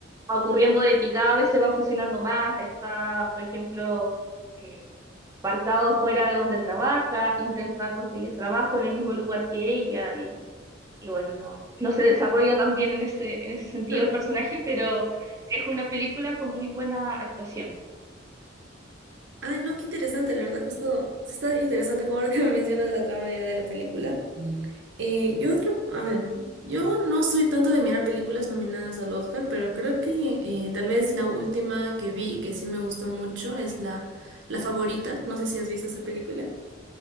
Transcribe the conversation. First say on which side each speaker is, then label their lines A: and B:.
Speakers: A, on the right; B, on the right.
A: ocurriendo de que cada vez se va obsesionando más, está, por ejemplo, eh, parcado fuera de donde trabaja, intenta conseguir trabajo en el mismo lugar que ella y, y bueno, no, no se desarrolla tan bien en ese, en ese sentido
B: Ah.
A: el personaje, pero sí es una película con muy buena actuación.
B: Ah, no, qué interesante, la verdad, justo sí está interesante como ahora que <laughs> me mencionas la trama ya de la película. Mm. Eh, yo otro, a ver, yo no soy tanto de mirar películas nominadas al Oscar, pero creo que eh, tal vez la última que vi que sí me gustó mucho es la, la favorita. No sé si has visto esa película.